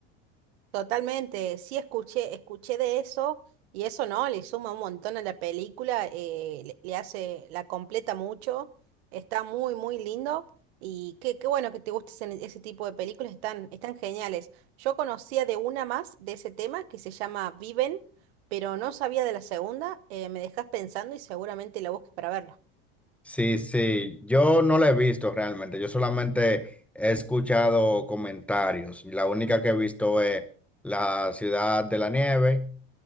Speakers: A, on the right; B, in the centre.
A: Totalmente, sí escuché, escuché de eso y eso no, le suma un montón a la película, eh, le, le hace, la completa mucho, está muy, muy lindo y qué, qué bueno que te guste ese, ese tipo de películas, están, están geniales. Yo conocía de una más de ese tema que se llama Viven, pero no sabía de la segunda, eh, me dejas pensando y seguramente la busques para verla.
B: Sí, sí, yo no la he visto realmente, yo solamente he escuchado comentarios. La única que he visto es La Ciudad de la Nieve